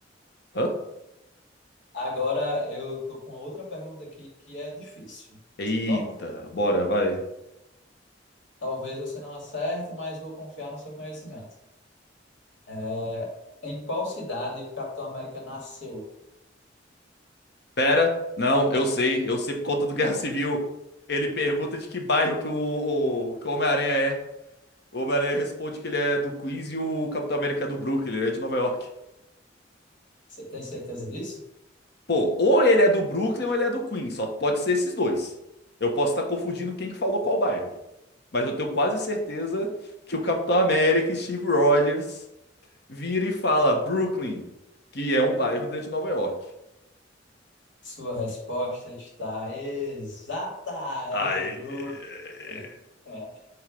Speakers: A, on the left (about 60°); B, on the left (about 80°).
A: Hã?
B: agora eu tô com uma outra pergunta aqui que é difícil.
A: Eita,
B: Você topa?
A: bora, vai.
B: Talvez você não acerte, mas vou confiar no seu conhecimento. É, em qual cidade o Capitão América nasceu?
A: Pera, não, eu sei, eu sei por conta do Guerra Civil. Ele pergunta de que bairro que o, o, que o Homem-Aranha é. O Homem-Aranha responde que ele é do Queens e o Capitão América é do Brooklyn, ele é de Nova York.
B: Você tem certeza disso?
A: Pô, ou ele é do Brooklyn ou ele é do Queens, só pode ser esses dois. Eu posso estar confundindo quem que falou qual bairro. Mas eu tenho quase certeza que o Capitão América, Steve Rogers, vira e fala Brooklyn, que é um bairro dentro de Nova York.
B: Sua resposta está exata, é
A: Aí.
B: do Bruno.
A: eh,
B: É. é.